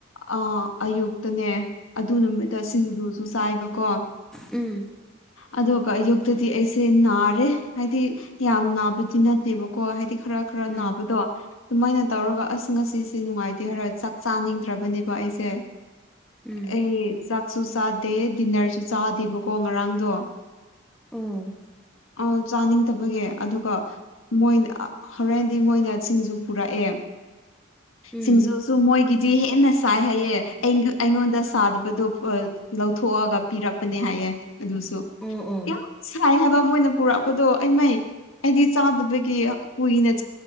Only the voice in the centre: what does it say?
ꯎꯝ
ꯎꯝ
ꯎꯝ
ꯎꯝ
ꯎꯝ
ꯑꯣ ꯑꯣ